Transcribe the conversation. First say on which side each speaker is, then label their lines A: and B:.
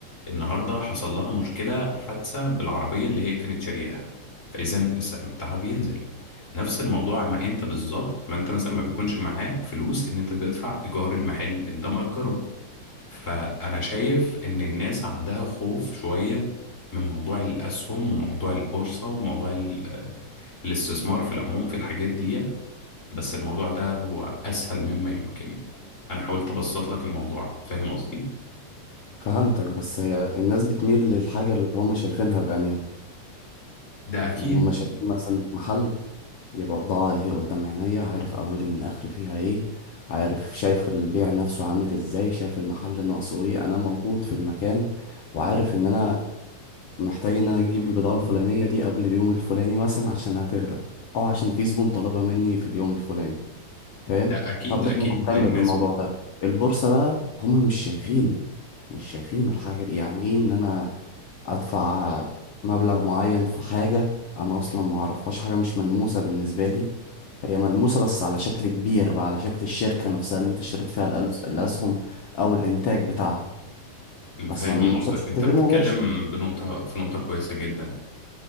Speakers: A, on the left (about 25°); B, on the left (about 60°).
A: النهارده حصل لها مشكله حادثه بالعربيه اللي هي كانت شارياها فاذا السهم بتاعها بينزل نفس الموضوع ما انت بالظبط ما انت مثلا ما بيكونش معاك فلوس ان انت تدفع ايجار المحل اللي انت مأجره فانا شايف ان الناس عندها خوف شويه من موضوع الاسهم وموضوع البورصه وموضوع ال- آه، الاستثمار في العموم في الحاجات دي بس الموضوع ده هو أسهل مما يمكن يعني أنا حاولت أبسط لك الموضوع فاهم قصدي؟
B: فهمتك بس هي الناس بتميل للحاجة اللي هم شايفينها بعينيهم
A: ده أكيد
B: يعني هم شايفين مثلا محل يبقى بضاعة اهي قدام عينيا عارف أولي من آخري فيها ايه عارف شايف البيع نفسه عامل ازاي شايف المحل ناقصه ايه أنا موجود في المكان وعارف إن أنا محتاج إن أنا أجيب البضاعة الفلانية دي قبل اليوم الفلاني مثلا عشان هتغلى أو عشان في زبون طلبها مني في اليوم الفلاني فاهم
A: ده أكيد
B: فابدا
A: أكيد
B: ان انا اهتم
A: الناس
B: بالموضوع ده البورصه بقى هم مش شايفين مش شايفين الحاجه دي يعني ايه ان انا ادفع مبلغ معين في حاجه انا اصلا ما اعرفهاش حاجه مش ملموسه بالنسبه لي هي ملموسه بس على شكل كبير بقى على شكل الشركه نفسها اللي انت اشتريت فيها الألس- الاسهم او الانتاج بتاعها بس
A: فاهم
B: ملموسه
A: قصدك
B: بشكل
A: أنت
B: غير
A: بتتكلم
B: مباشر
A: بنقطة في نقطة كويسة جدا